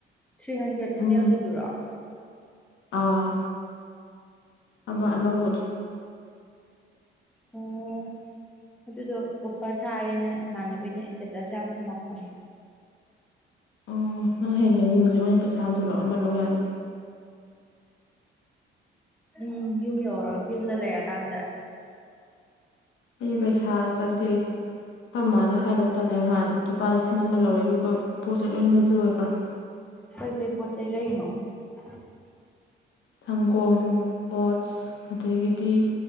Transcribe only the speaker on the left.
ꯎꯝ
ꯑꯥ ꯑꯃ ꯑꯅꯧꯕꯗꯨ
ꯑꯣ ꯅꯪ ꯍꯥꯌꯦꯡ ꯂꯩꯅꯤꯡꯉꯁꯨ ꯅꯣꯏꯅ ꯄꯩꯁꯥ ꯍꯟꯖꯜꯂꯑꯣ ꯑꯃ ꯂꯧ ꯌꯥꯅꯤ
ꯑꯩꯁ ꯄꯩꯁꯥ ꯀꯁꯦ ꯍꯣꯏ ꯃꯃꯥꯗ ꯍꯥꯏꯗꯧ ꯇꯜꯂꯦ ꯅꯍꯥꯟ ꯂꯨꯄꯥ ꯂꯤꯁꯤꯡ ꯑꯃ ꯂꯧꯔꯦ ꯑꯗꯨꯒ ꯄꯣꯠꯁꯦ ꯂꯣꯏꯅ ꯂꯩꯊꯣꯛ ꯎꯔꯦ ꯈꯔꯥ
ꯁꯪꯒꯣꯝ ꯑꯣꯠꯁ ꯑꯗꯒꯤꯗꯤ